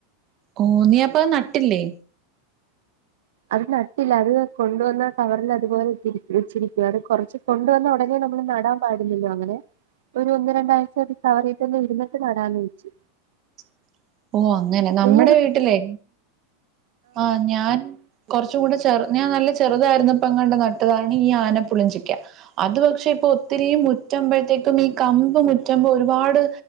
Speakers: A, on the right (about 25°); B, on the right (about 75°).
A: ഓ നീ അപ്പം അത് നട്ടില്ലേ
B: അത് നട്ടില്ല അത് കൊണ്ടുവന്ന കവറിൽ അതുപോലെ ഇട്ട് വച്ചിരിക്ക അത് കുറച്ച് കൊണ്ടുവന്ന ഉടനെ നമ്മൾ നടാൻ പാടില്ലല്ലോ അങ്ങനെ ഒരു ഒന്ന് രണ്ടാഴ്ച കവറീ തന്നെ ഇരുന്നിട്ട് നടാന്ന് വെച്ചു
A: <inaudible> ഓ അങ്ങനെ നമ്മുടെ
B: നീ അത്
A: വീട്ടിലേ ആഹ് ഞാൻ കുറച്ചും കൂടെ ചെറു ഞാൻ നല്ല ചെറുതായിരുന്നപ്പ അങ്ങട് നട്ടതാണ് ഈ ആനപ്പുളിഞ്ചിക്ക അത് പക്ഷെ ഇപ്പൊ ഒത്തിരി മുറ്റമ്പോഴത്തേക്കും ഈ കമ്പ് മുറ്റമ്പോ ഒരുപാട്